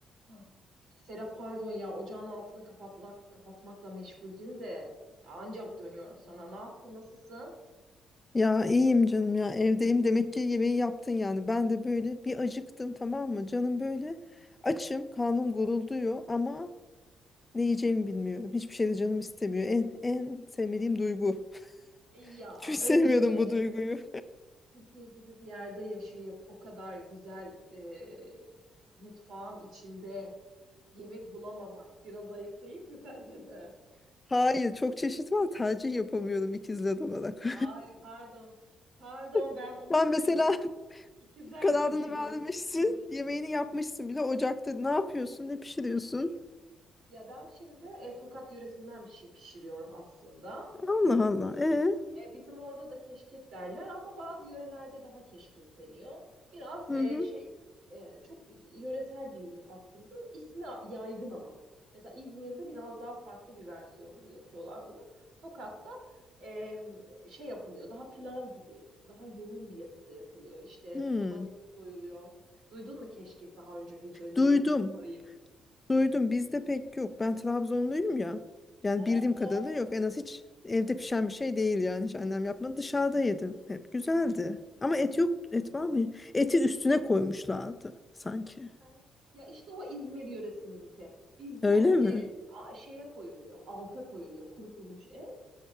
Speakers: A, on the right; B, on the left.
A: Ah. Serap pardon ya ocağın altını kapatla, kapatmakla meşguldüm de ya ancak dönüyorum sana. Ne yaptı nasılsın?
B: Ya iyiyim canım ya evdeyim demek ki yemeği yaptın yani ben de böyle bir acıktım tamam mı canım böyle açım karnım gurulduyor ama ne yiyeceğimi bilmiyorum hiçbir şey de canım istemiyor en, en sevmediğim duygu
A: E, ya
B: <laughs> hiç
A: öyle
B: sevmiyorum
A: deme
B: bu
A: şimdi.
B: duyguyu
A: Türkiye gibi bir yerde yaşayıp o kadar güzel e, mutfağın içinde yemek bulamamak biraz ayıp değil mi sence de?
B: <laughs> hayır çok çeşit var tercih yapamıyorum ikizler olarak
A: Ay pardon. Pardon ben
B: <laughs>
A: unuttum
B: ben mesela
A: seni.
B: <laughs>
A: İkizler
B: Kararını
A: Burcu'ydun.
B: vermişsin. Yemeğini yapmışsın bile. Ocakta ne yapıyorsun? Ne pişiriyorsun?
A: Ya ben şimdi e, Tokat yöresinden bir şey pişiriyorum aslında.
B: Allah Allah. E.
A: E, bizim orada da keşkek derler ama bazı yörelerde daha keşkek deniyor. Biraz
B: Hı
A: e,
B: hı.
A: şey e, çok yöresel bir ürün aslında. İsmi yaygın ama. Mesela İzmir'de biraz daha farklı bir versiyonunu yapıyorlar bunun. Tokat'ta e, şey yapılıyor. Daha pilav gibi, daha yoğun bir yapıda yapılıyor. İşte
B: Hmm.
A: kurban eti koyuluyor. Duydun mu keşkek daha önce hiç? Öncelikle
B: Duydum.
A: onu sorayım.
B: Duydum. Bizde pek yok. Ben Trabzonluyum ya. Yani
A: Aa,
B: bildiğim kadarıyla
A: doğru.
B: yok. En az hiç evde pişen bir şey değil yani. Hiç annem yapmadı. Dışarıda yedim. Hep güzeldi. Ama et yok. Et var mı? Eti üstüne koymuşlardı sanki.
A: Ha. Ya işte o İzmir yöresininki. Bizde
B: Öyle
A: e,
B: mi?
A: a- şeye koyuluyor, alta koyuluyor kurutulmuş et.